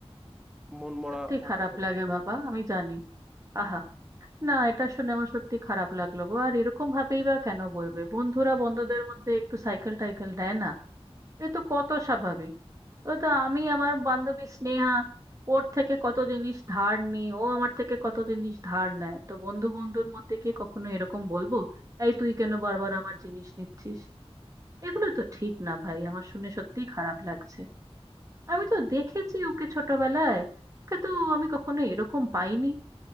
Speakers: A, in the centre; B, on the right.
A: মন মরা
B: সত্যি
A: থাকা
B: খারাপ
A: ছাড়া
B: লাগে
A: উপায় নেই।
B: বাবা আমি জানি আহা না এটা শুনে আমার সত্যি খারাপ লাগলো গো আর এরকম ভাবেই বা কেন বলবে বন্ধুরা বন্ধুদের মধ্যে একটু সাইকেল টাইকেল নেয় না এ তো কত স্বাভাবিক ও তো আমি আমার বান্ধবী স্নেহা ওর থেকে কত জিনিস ধার নিই ও আমার থেকে কত জিনিস ধার নেয় তো বন্ধু বন্ধুর মধ্যে কি কখনো এরকম বলবো এই তুই কেন বারবার আমার জিনিস নিচ্ছিস এগুলো তো ঠিক না ভাই আমার শুনে সত্যিই খারাপ লাগছে আমি তো দেখেছি ওকে ছোটবেলায় ওকে তো আমি কখনো এরকম পাইনি